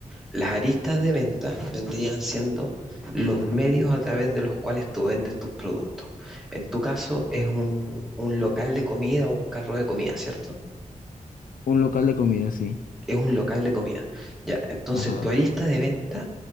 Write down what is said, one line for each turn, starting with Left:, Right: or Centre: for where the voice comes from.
Centre: Las aristas de venta vendrían siendo los medios a través de los cuales tú vendes tus productos. En tu caso es un, un local de comida o un carro de comida, ¿cierto?
Left: Un local de comida, sí.
Centre: Es un local de comida. Ya, entonces
Left: Ajá.
Centre: tu arista de venta